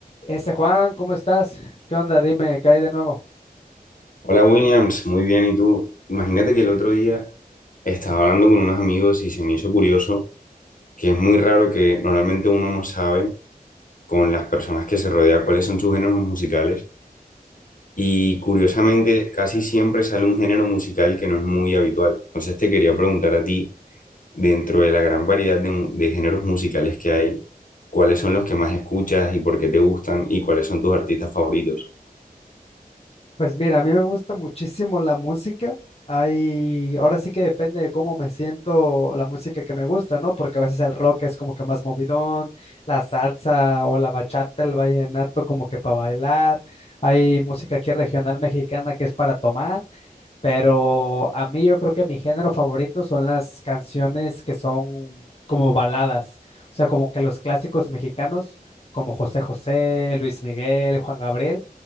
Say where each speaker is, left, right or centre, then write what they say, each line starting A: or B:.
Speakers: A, on the left (about 40°); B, on the left (about 60°).
A: Ese Juan, ¿cómo estás? ¿Qué onda? Dime, ¿qué hay de nuevo?
B: Hola Williams, muy bien. ¿Y tú? Imagínate que el otro día estaba hablando con unos amigos y se me hizo curioso que es muy raro que normalmente uno no sabe con las personas que se rodea cuáles son sus géneros musicales y curiosamente casi siempre sale un género musical que no es muy habitual. Entonces te quería preguntar a ti, dentro de la gran variedad de, mu- de géneros musicales que hay, ¿cuáles son los que más escuchas y por qué te gustan y cuáles son tus artistas favoritos?
A: Pues mira, a mí me gusta muchísimo la música. Hay, ahora sí que depende de cómo me siento la música que me gusta, ¿no? Porque a veces el rock es como que más movidón, la salsa o la bachata, el vallenato como que para bailar. Hay música aquí regional mexicana que es para tomar. Pero a mí yo creo que mi género favorito son las canciones que son como baladas, o sea, como que los clásicos mexicanos, como José José, Luis Miguel, Juan Gabriel,